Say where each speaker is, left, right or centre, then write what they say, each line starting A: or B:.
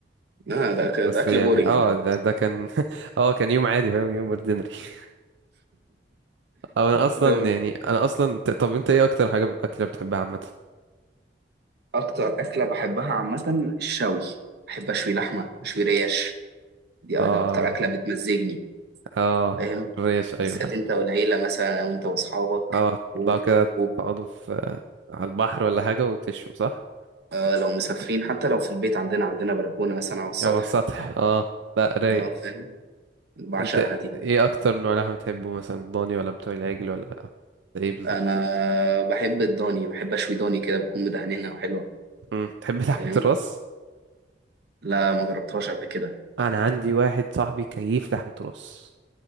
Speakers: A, on the right; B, on the right.
A: لا ده أك- ده
B: بس
A: أكل
B: يعني
A: بورينج
B: اه
A: ده
B: ده, ده كان <laughs> اه كان يوم عادي فاهم يوم اوردينري <laughs> أو انا اصلا
A: ده
B: يعني انا اصلا ت- طب انت ايه اكتر حاجه اكله بتحبها عامه
A: أكتر أكلة بحبها عامة الشوي بحب أشوي لحمة أشوي ريش دي
B: اه
A: دي أكتر أكلة بتمزجني
B: اه
A: فاهم؟
B: الريش ايوه
A: بالذات
B: فاهم
A: أنت والعيلة مثلا أو أنت وأصحابك
B: اه
A: و-
B: تطلعوا كده
A: و-
B: تقعدوا في على البحر ولا حاجة وتشوا صح؟
A: آه، لو مسافرين حتى لو في البيت عندنا عندنا بلكونة مثلا على السطح
B: او على السطح اه لا رايق
A: أه فاهم؟ بعشقها
B: انت
A: دي
B: ايه اكتر نوع لحمة بتحبه مثلا ضاني ولا بتوع العجل ولا ايه بالظبط؟
A: انا بحب الضاني بحب اشوي ضاني كده بتكون مدهنينها وحلوه
B: امم تحب لحمة
A: فاهم
B: الراس؟
A: لا ما جربتهاش قبل كده
B: انا عندي واحد صاحبي كيف لحمة راس